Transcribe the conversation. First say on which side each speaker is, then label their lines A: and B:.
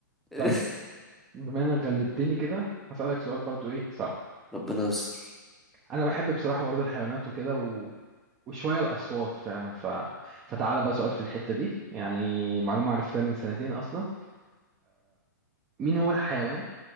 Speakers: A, in the centre; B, on the right (about 20°).
A: <laughs>
B: طيب بما انك غلبتني كده هسألك سؤال برضو ايه صعب
A: ربنا يستر
B: انا بحب بصراحه برضه الحيوانات وكده و... وشويه الاصوات فعلا ف... فتعالى بقى سؤال في الحته دي يعني معلومه عرفتها من سنتين اصلا مين هو الحيوان